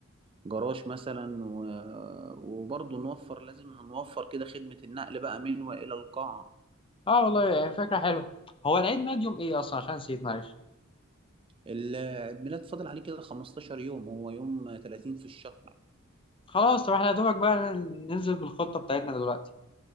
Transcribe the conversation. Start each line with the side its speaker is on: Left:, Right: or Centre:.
Right: جراج مثلا و... وبرضه نوفر لازم هنوفر كده خدمة النقل بقى من وإلى القاعة
Left: اه والله يعني فكرة حلوة هو العيد ميلاد يوم ايه اصلا عشان نسيت معلش
Right: ال- الميلاد فاضل عليه كده 15 يوم هو يوم 30 في الشهر
Left: خلاص طب احنا يا دوبك بقى ننزل بالخطة بتاعتنا دلوقتي